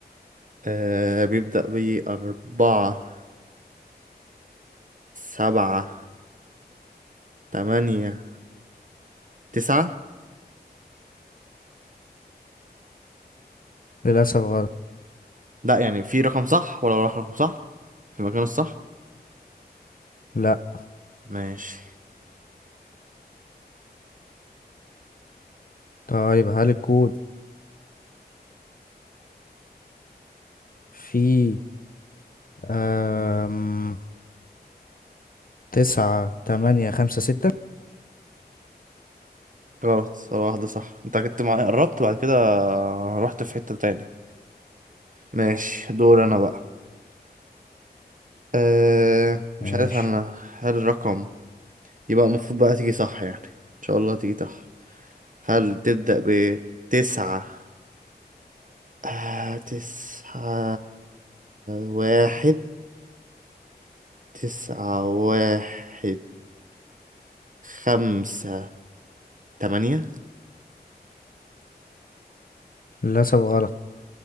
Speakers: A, on the right; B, on the left.
A: آه بيبدأ بأربعة سبعة تمانية تسعة
B: للأسف غلط
A: لا يعني في رقم صح ولا رقم صح في مكانه الصح
B: لا
A: ماشي
B: طيب هل الكود فيه أم... تسعة تمانية خمسة ستة
A: غلط هو واحدة صح انت كنت مع... قربت بعد كده رحت في حتة تاني ماشي دور انا بقى أه... مش
B: ماشي
A: عارف انا هل الرقم يبقى المفروض بقى تيجي صح يعني ان شاء الله تيجي صح هل تبدأ بتسعة آه... تسعة واحد تسعة واحد خمسة تمانية
B: للأسف غلط